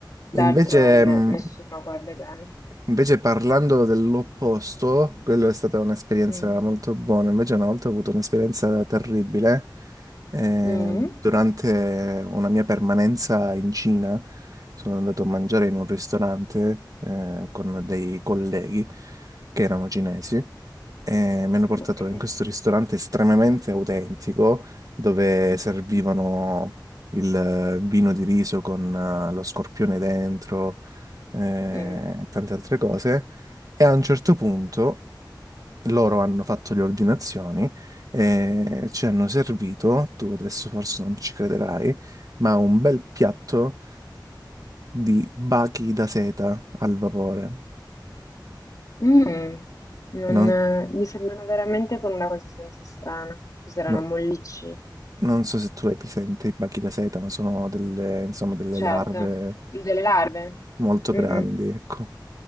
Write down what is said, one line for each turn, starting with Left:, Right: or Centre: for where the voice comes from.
Left: d'altronde
Right: E Invece, mh,
Left: nessuno qua è vegano.
Right: Invece parlando dell'opposto,
Left: Mm.
Right: quello è stata un'esperienza
Left: Mm.
Right: molto buona. Invece una volta ho avuto un'esperienza terribile eh,
Left: Mm.
Right: durante una mia permanenza in Cina. Sono andato a mangiare in un
Left: Mm.
Right: ristorante eh, con dei colleghi che erano cinesi e mi hanno portato
Left: Ok.
Right: in questo ristorante estremamente autentico dove servivano il eh, vino di riso con eh, lo scorpione dentro eh,
Left: Mm.
Right: e tante altre cose. E a un certo punto loro hanno fatto le ordinazioni e ci hanno servito, tu adesso forse non ci crederai, ma un bel piatto di bachi da seta al vapore.
Left: Mm. Non,
Right: Non-
Left: mi sembrano veramente con una consistenza strana. Cos'erano
Right: no-
Left: mollicci?
Right: Non so se tu hai presente i bachi da seta, ma sono delle, insomma, delle
Left: Certo,
Right: larve
Left: il delle larve.
Right: molto grandi,
Left: Mm-mm.
Right: ecco.